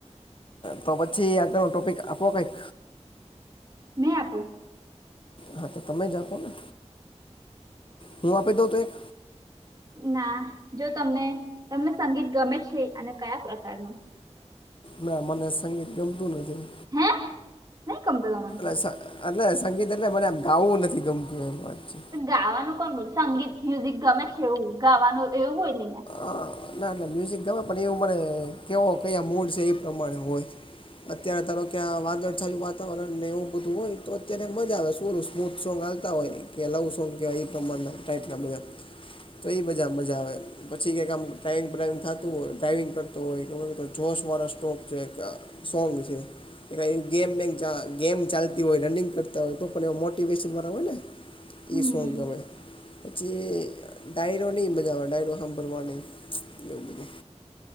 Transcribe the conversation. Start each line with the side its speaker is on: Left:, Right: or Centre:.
Left: તો પછી આદનો ટોપિક આપો કંઈક.
Right: મે આપું.
Left: હા તો તમે જ આપો ને, હું આપી દઉં તો એક.
Right: ના, જો તમને તમને સંગીત ગમે છે અને કયા પ્રકારનું?
Left: ના મને સંગીત ગમતું નથી.
Right: હે! નઈ ગમતો તમાને.
Left: એ એટલે સંગીત એટલે મને આમ ગાવવું નથી ગમતું, એમ વાત છે.
Right: પણ ગાવાનું કોણ બોલ સંગીત મ્યુઝિક ગમે છે એવું ગાવાનું એવું હોય ને.
Left: અ ના એટલે મ્યુઝિક ગમે પણ એવું મને કેવો કયા મૂડ છે એ પ્રમાણે હોય. અત્યારે ધારો કે આં વાદળછાયું વાતાવરણ ને એવું બધું હોય તો ત્યારે મજા આવે શુંર સ્મૂથ સો. હોય કે લવ સોંગ કેવાય એ પ્રમાણના ટાઈપ ના બધા તો એ બજા મજા આવે. પછી કંઈક આમ ટ્રાઈવિંગ પ્રાઈવિંગ થાતું હોય ટ્રાઈવિંગ કરતું હોય કે જોશ વરસ સ્ટોપ છે. સોંગ છે. ગેમ બેંગ ગેમ ચાલતી હોય રનિંગ કરતા હોય, તો પણ એવ મોટીવેશન વાળા હોયને
Right: હમ
Left: એ સોંગ ગમે. પછી ડાયરો ની મજા આવે, ડાયરો સાંભળવા ન એવું બધું.